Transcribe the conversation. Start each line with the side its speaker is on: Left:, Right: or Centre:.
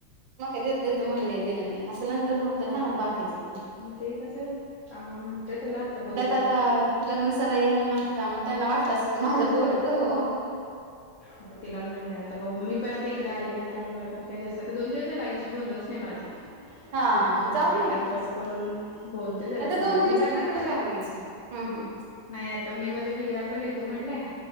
Right: म काय देतो देतो म्हणले दिलं नाही, असं नंतर होतं ना बाकीच पण
Left: मग ते कसं त्यामुळ म्हणतोय त्याला बघू
Right: त्यात आता लग्न सराई आहे ना त्यामुळ त्यांना वाटत की माझ्या पोरच होवो. <inaudible>
Left: आता तिला म्हणले आता बघू मी पण आता इकडे आले ना त्यामुळे मला पण काय जास्त आता दोन दिवस झाले आईशी बोलनच नाही माझं
Right: हा
Left: मग आता म्हणलं
Right: जाऊन
Left: एकदा
Right: येईल
Left: फोन
Right: तस नाही
Left: करून बोलते जरा
Right: तर
Left: तिला
Right: दोन दिवस
Left: मी जाणारच
Right: तिकडे
Left: आहे.
Right: जाऊन यायचं हम्म हम्म हम्म.
Left: नाही आता मे मध्ये भैया पण येतो म्हणलाय,